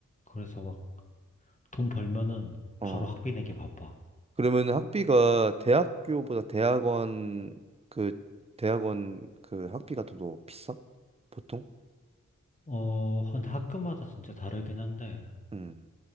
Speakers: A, on the left (about 25°); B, on the right (about 20°).
A: 그래서 막 돈 벌면은
B: 어.
A: 바로 학비 내기 바빠.
B: 그러면은 학비가 대학교보다 대학원 그 대학원 그 학비가 더, 더 비싸? 보통?
A: 어, 근데 학교마다 진짜 다르긴 한데,
B: 음.